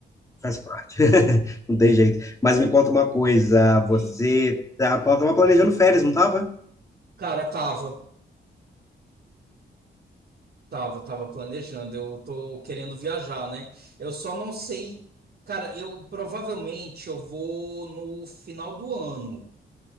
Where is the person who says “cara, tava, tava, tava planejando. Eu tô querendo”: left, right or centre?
Right